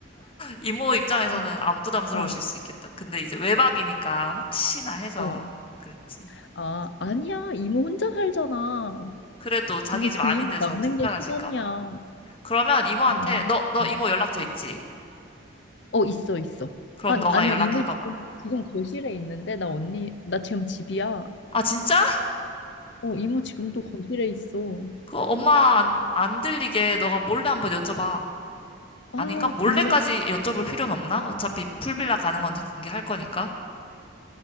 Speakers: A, on the left; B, on the left.
A: 이모 입장에서는
B: 어.
A: 안 부담스러우실
B: 어.
A: 수 있겠다. 근데 이제 외박이니까 혹시나 해서
B: 어. 어.
A: 그랬지.
B: 아, 아니야. 이모 혼자 살잖아.
A: 그래도 자기
B: 언니
A: 집
B: 그
A: 아닌
B: 이모
A: 데서
B: 남는
A: 불편하실까
B: 게 시간이야.
A: 봐.
B: 아,
A: 그러면 이모한테
B: 아니.
A: 너, 너
B: 응.
A: 이모 연락처
B: 응.
A: 있지?
B: 어, 있어, 있어.
A: 그럼
B: 아니,
A: 너가
B: 아니,
A: 연락해봐봐.
B: 이모 지금, 지금 거실에 있는데, 나 언니, 나 지금 집이야.
A: 아, 진짜?
B: 어, 이모 지금도 거실에 있어.
A: 그 엄마 안, 안 들리게 너가 몰래 한번 여쭤봐.
B: 아,
A: 아닌가? 몰래까지
B: 근데,
A: 여쭤볼 필요는 없나? 어차피 풀빌라 가는 건 다 공개할 거니까.